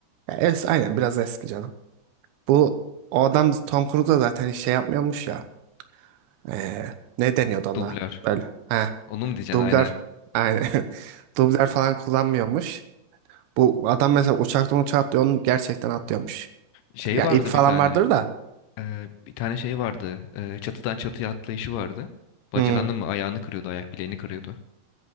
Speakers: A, on the right; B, on the left.
A: Ya es, aynen biraz eski canım. Bu o adam Tom Cruise da zaten hiç şey yapmıyormuş ya. Ee, ne deniyordu ona?
B: Dublör.
A: Böyle. He.
B: Onu mu diyeceksin
A: Dublör
B: aynen.
A: aynen. <laughs> Dublör falan kullanmıyormuş. Bu adam mesela uçaktan uçağa atlıyor. Onu gerçekten atlıyormuş.
B: Şey
A: Ya
B: vardı
A: ip falan
B: bir tane.
A: vardır da.
B: Ee, bir tane şey vardı. Ee, çatıdan çatıya atlayışı vardı. Bacağını
A: Hmm.
B: mı ayağını kırıyordu ayak bileğini kırıyordu.